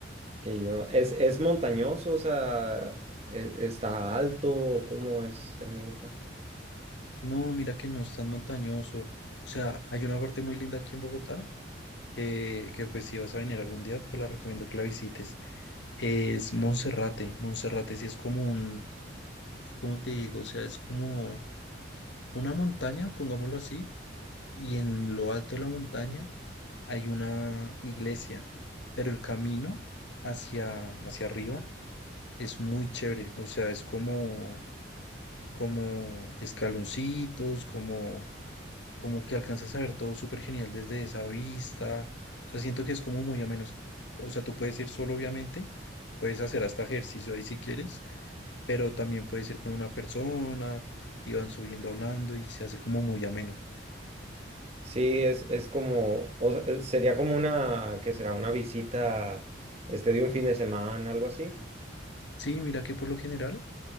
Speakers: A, on the right; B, on the left.
A: que yo ¿Es, es montañoso? O sea, ¿e- ¿está alto? ¿Cómo es en Bogotá?
B: No, mira que no es tan montañoso. O sea, hay una parte muy linda aquí en Bogotá que, que pues si vas a venir algún día, te la recomiendo que la visites. Es Monserrate. Monserrate sí es como un, ¿cómo te digo? O sea, es como una montaña, pongámoslo así, y en lo alto de la montaña hay una iglesia, pero el camino hacia, hacia arriba es muy chévere. O sea, es como como escaloncitos, como, como que alcanzas a ver todo súper genial desde esa vista. O sea, siento que es como muy a menos. O sea, tú puedes ir solo, obviamente, puedes hacer hasta ejercicio ahí si quieres, pero también puedes ir con una persona y van subiendo hablando y se hace como muy ameno.
A: Sí, es, es como, o sea, eh, sería como una, que será una visita, este, de un fin de semana, algo así.
B: Sí, mira que por lo general